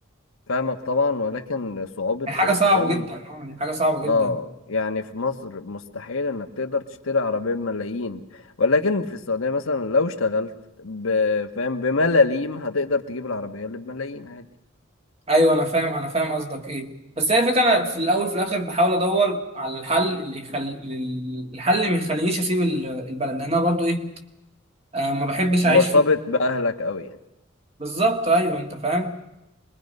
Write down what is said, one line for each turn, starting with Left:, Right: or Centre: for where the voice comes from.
Left: فاهمك طبعا ولكن صعوبه
Right: يعني حاجه
Left: الكلام
Right: صعبه جدا آه، يعني حاجه صعبه
Left: اه
Right: جدا
Left: يعني في مصر مستحيل انك تقدر تشتري عربيه بملايين ولكن في السعوديه مثلا لو اشتغلت ب... فاهم بملاليم هتقدر تجيب العربيه اللي بملايين عادي
Right: ايوه انا فاهم انا فاهم قصدك ايه بس هي الفكره انا في الاول في الاخر بحاول ادور على الحل اللي يخل... الحل اللي ما يخلينيش اسيب ال- البلد لان انا برضو ايه آه، ما بحبش اعيش
Left: مرتبط
Right: في
Left: باهلك قوي يعني
Right: بالظبط ايوه انت فاهم